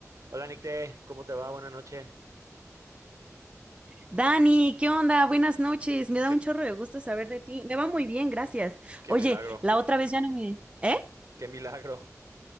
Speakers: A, on the right; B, on the right.
A: Hola Nicte, ¿cómo te va? Buenas noches.
B: Dani, ¿qué onda? Buenas noches. Me da
A: Qué,
B: un chorro de gusto saber de ti. Me va muy bien, gracias.
A: qué
B: Oye,
A: milagro,
B: la otra vez ya no me... ¿Eh?
A: qué milagro.